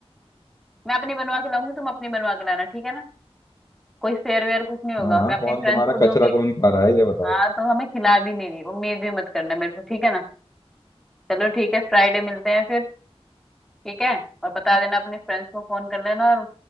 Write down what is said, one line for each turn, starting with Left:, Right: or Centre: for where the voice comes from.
Centre: मैं अपनी बनवा के लाऊंगी तुम अपनी बनवा के लाना ठीक है ना कोई फेयर वेयर कुछ नहीं होगा
Left: हाँ
Centre: मैं अपनी
Left: कौन
Centre: फ्रेंड्स
Left: तुम्हारा
Centre: को दूंगी
Left: कचरा कौन खा रहा है ये बताओ
Centre: हाँ तो हमें खिला भी नहीं रही उम्मीद भी मत करना मेरे से ठीक है ना चलो ठीक है फ्राइडे मिलते हैं फिर ठीक है और बता देना अपने फ्रेंड्स को फोन कर लेना और